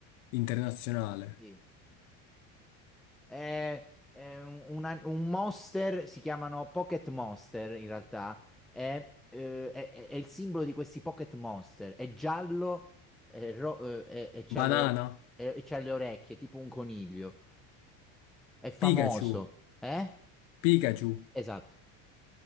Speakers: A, on the left (about 85°); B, in the centre.
A: internazionale,
B: Sì. È, è un, una- un monster, si chiamano Pocket Monster in realtà, è, eh, è- è- è il simbolo di questi Pocket Monster, è giallo è ro- eh, e e c'ha
A: banana,
B: le, e- e c'ha le orecchie, tipo un coniglio, è famoso,
A: Pikachu,
B: eh?
A: Pikachu,
B: Esatto.